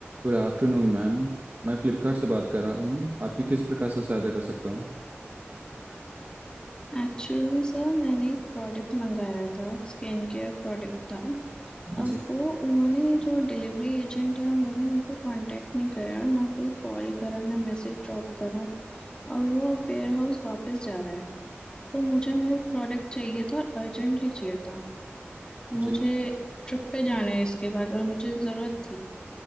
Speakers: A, on the right (about 40°); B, on the left (about 20°).
A: Good afternoon ma'am मैं फ्लिपकार्ट से बात कर रहा हूँ आपकी किस प्रकार से सहायता कर सकता हूँ
B: Actual में sir मैंने एक प्रोडक्ट मंगाया था स्किन केयर प्रोडक्ट था अब
A: जी
B: वो उन्होंने जो डिलीवरी एजेंट है उन्होंने मेरे को कांटेक्ट नहीं करा ना कोई कॉल करा ना मैसेज ड्रॉप करा और वो अब वेयर हाउस वापस जा रहा है तो मुझे मेरा प्रोडक्ट चाहिए था और अर्जेंटली चाहिए था मुझे
A: जी
B: ट्रिप पे जाना है इसके बाद और मुझे ज़रूरत थी